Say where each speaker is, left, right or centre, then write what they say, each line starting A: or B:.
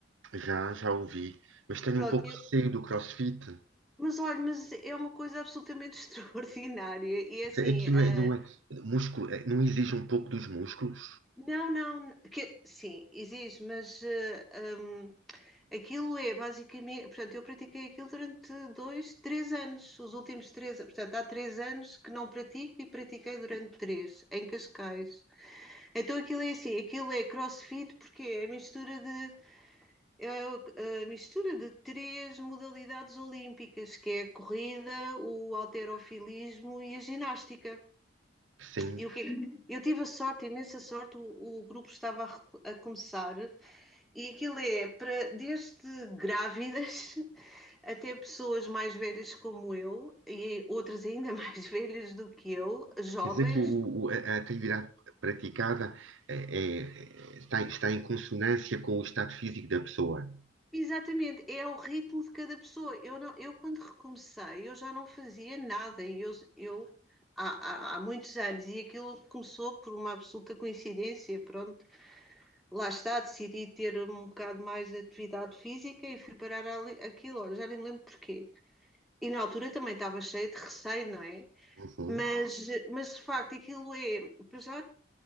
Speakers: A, on the right (about 85°); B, in the centre.
A: já, já ouvi, mas tenho
B: Pronto,
A: um pouco
B: eu-
A: de receio do CrossFit.
B: mas olha, mas é uma coisa absolutamente <laughs> extraordinária. E é assim,
A: Aquilo
B: ah,
A: é, não é, músculo, é, não exige um pouco dos músculos?
B: não, não, que, sim, exige, mas ah, hum, aquilo é basicamente, portanto, eu pratiquei aquilo durante dois, três anos, os últimos três, portanto, há três anos que não pratico e pratiquei durante três, em Cascais. Então aquilo é assim, aquilo é CrossFit porque é a mistura de É o- a mistura de três modalidades olímpicas, que é a corrida, o halterofilismo e a ginástica.
A: Sim.
B: E o que eu tive a sorte, a imensa sorte, o, o grupo estava a, recu- a começar e aquilo é para desde grávidas <laughs> até pessoas mais velhas como eu e outras ainda <laughs> mais velhas do que eu, jovens.
A: Quer dizer que o, o- a, a atividade praticada é, é- está, está em consonância com o estado físico da pessoa.
B: Exatamente, é ao ritmo de cada pessoa. Eu, não, eu quando recomecei, eu já não fazia nada. E eu, eu há, há, há muitos anos, e aquilo começou por uma absoluta coincidência. Pronto, lá está, decidi ter um bocado mais de atividade física e fui parar ali, aquilo, olha, já nem me lembro porquê. E na altura também estava cheia de receio, não é?
A: Uhum.
B: Mas, mas de facto, aquilo é, para já,